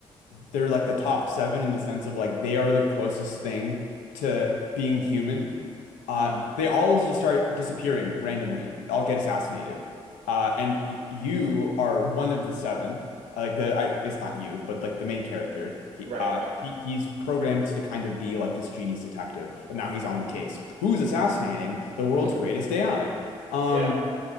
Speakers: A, on the left; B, on the right.
A: they're like the top seven in the sense of like they are the closest thing to being human. Uh,
B: Mm.
A: they all just start disappearing randomly. All get assassinated. Uh, and
B: Wow.
A: y- you are one of the seven. Uh, like the, I, it's not you, but like the main character. He,
B: Right,
A: uh,
B: right.
A: he, he's programmed to kind of be like this genius detective, and now he's on the case.
B: hmm
A: Who's assassinating the world's
B: <laughs>
A: greatest AI? Um,
B: Yeah.